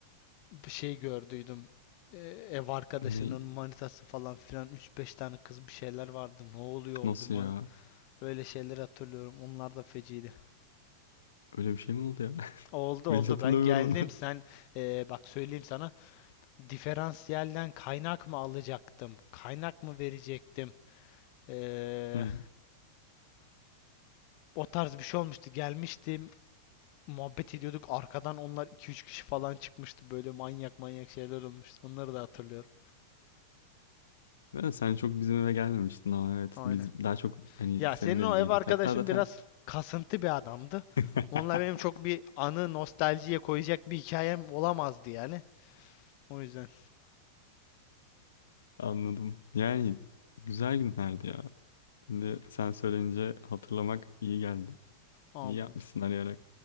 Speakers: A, on the left; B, on the left.
A: bir şey gördüydüm. E, ev arkadaşının
B: Ne?
A: manitası falan filan üç beş tane kız bir şeyler vardı. Ne oluyor oldum?
B: Nasıl
A: ha?
B: ya?
A: Öyle şeyler hatırlıyorum. Onlar da feciydi.
B: Öyle bir şey mi oldu ya? <laughs>
A: Oldu
B: Ben
A: oldu
B: hiç hatırlamıyorum
A: ben geldim
B: onu.
A: sen
B: <laughs>
A: e, bak söyleyeyim sana diferansiyelden kaynak mı alacaktım? Kaynak mı verecektim? E,
B: Hı.
A: o tarz bir şey olmuştu. Gelmiştim muhabbet ediyorduk. Arkadan onlar iki üç kişi falan çıkmıştı. Böyle manyak manyak şeyler olmuştu. Onları da hatırlıyorum.
B: Ben sen çok bizim eve gelmemiştin ama evet
A: Aynen.
B: biz daha çok hani
A: Ya
B: senin
A: senin
B: evindeydik.
A: o ev arkadaşın
B: Hatta zaten
A: biraz kasıntı bir adamdı.
B: <laughs>
A: Onunla benim çok bir anı nostaljiye koyacak bir hikayem olamazdı yani. O yüzden
B: anladım. Yani güzel günlerdi ya. Şimdi sen söyleyince hatırlamak iyi geldi.
A: abi
B: İyi yapmışsın arayarak.